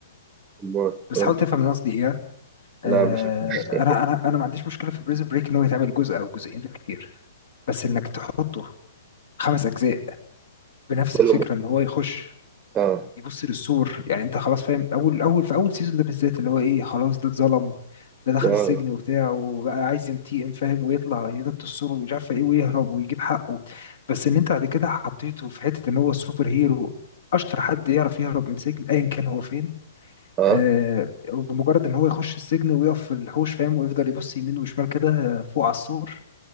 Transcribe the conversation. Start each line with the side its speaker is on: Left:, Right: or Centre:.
Right: امال
Left: بس
Right: قول
Left: حاول
Right: لي.
Left: تفهم اللي أنا قصدي ايه
Right: لا
Left: آه
Right: مش هتفرج.
Left: انا انا انا ما عنديش مشكله في بريزن بريك ان هو يتعمل جزء او جزئين بالكتير بس انك تحطه خمس اجزاء بنفس
Right: <laughs> كل
Left: الفكره
Right: م...
Left: ان هو يخش
Right: اه
Left: يبص للسور يعني انت خلاص فاهم اول اول في اول سيزون ده بالذات اللي هو ايه خلاص ده اتظلم ده دخل
Right: اه
Left: السجن وبتاع وبقى عايز ينتقم فاهم ويطلع ينط السور ومش عارف ايه ويهرب ويجيب حقه بس ان انت بعد كده حطيته في حته ان هو سوبر هيرو اشطر حد يعرف يهرب من سجن ايا كان هو فين
Right: اه
Left: آه بمجرد ان هو يخش السجن ويقف في الحوش فاهم ويفضل يبص يمين وشمال كده فوق على السور